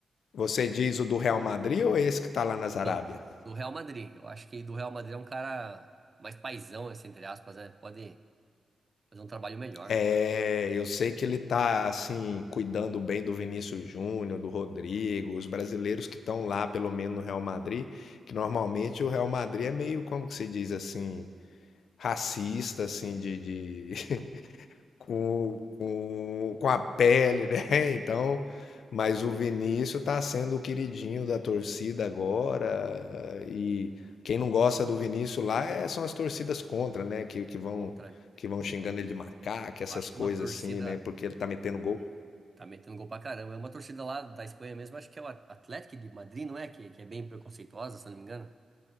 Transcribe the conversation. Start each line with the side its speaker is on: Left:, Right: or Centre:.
Left: Você diz o do Real Madrid ou é esse que tá lá na Arábia?
Right: Não, do Real Madrid. Eu acho que do Real Madrid é um cara mais paizão, assim, entre aspas, né? Pode fazer um trabalho melhor
Left: É, eu sei que ele tá, assim, cuidando bem do Vinícius Júnior, do Rodrigo, os brasileiros que estão lá, pelo menos no Real Madrid, que normalmente o Real Madrid é meio, como que se diz assim, racista, assim, de, de- com, com, com a pele, né? <laughs> Então, mas o Vinícius está sendo o queridinho da torcida agora. eh, E quem não gosta do Vinícius lá é- são as torcidas contra, né? Que, que vão
Right: contra.
Left: que vão xingando
Right: Eu
Left: ele de macaco, essas
Right: acho
Left: coisas
Right: que uma torcida
Left: assim, né? Porque ele tá metendo gol.
Right: tá metendo gol pra caramba. É uma torcida lá da Espanha mesmo, acho que é o Atlético de Madrid, não é? Que, que é bem preconceituosa, se eu não me engano.